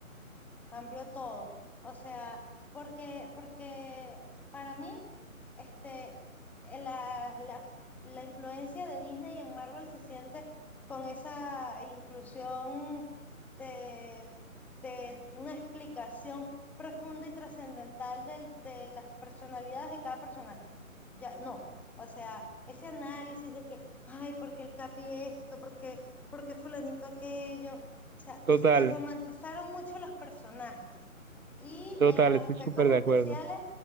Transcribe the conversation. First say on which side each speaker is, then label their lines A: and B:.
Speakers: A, in the centre; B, on the right (about 75°).
A: cambió todo. O sea, porque, porque para mí este, eh, la, la, la influencia de Disney en Marvel se siente con esa inclusión de, de una explicación profunda y trascendental del- de las personalidades de cada personaje. Ya, no. O sea, ese análisis de que, ay, porque el Capi esto, porque, porque fulanito aquello. O sea,
B: Total,
A: se romantizaron mucho los personajes y
B: total,
A: en los
B: estoy
A: efectos
B: súper de
A: especiales,
B: acuerdo.